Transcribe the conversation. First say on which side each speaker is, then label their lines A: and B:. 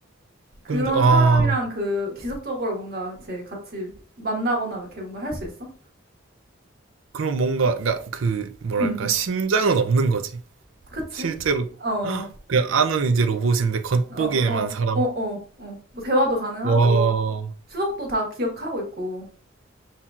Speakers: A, on the right (about 50°); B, on the right (about 75°).
A: 그런
B: 근데 아,
A: 사람이랑 그 지속적으로 뭔가 제 같이 만나거나 이렇게 뭔가 할 수 있어?
B: 그럼 뭔가 그러니까 그 뭐랄까
A: 응, 응.
B: 심장은 없는 거지.
A: 그치?
B: 실제로
A: 어, 어,
B: 헉! 그냥 안은 이제 로봇인데 겉보기에만
A: 어, 어,
B: 사람.
A: 어, 어. 뭐 대화도 가능하고
B: 와.
A: 추억도 다 기억하고 있고.